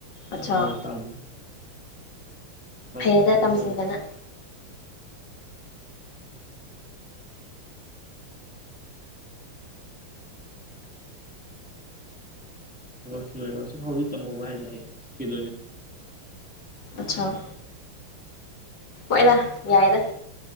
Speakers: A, on the left; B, in the centre.
A: ꯑꯠꯆꯥ
B: ꯑꯔꯥꯡ ꯑꯣꯏꯀꯥꯟꯗ ꯐꯅꯥꯟꯁꯤꯜꯂꯤꯔ
A: ꯐꯩꯌꯦꯗ ꯇꯝꯁꯤꯟꯕꯅ
B: ꯊ ꯍꯧꯖꯤꯛ ꯇꯝꯍꯧꯕ ꯍꯥꯏꯇꯥꯦ ꯀꯤ
A: ꯑꯆꯥꯥ ꯍꯣꯏꯔ ꯌꯥꯏꯗ